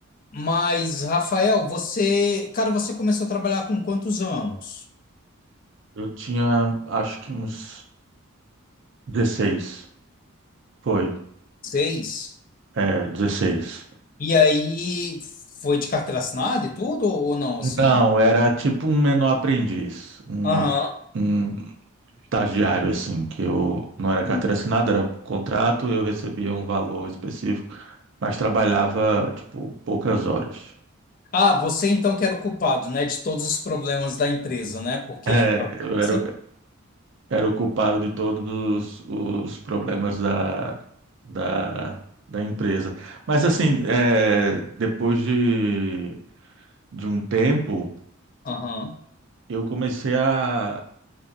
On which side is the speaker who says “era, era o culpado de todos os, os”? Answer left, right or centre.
Right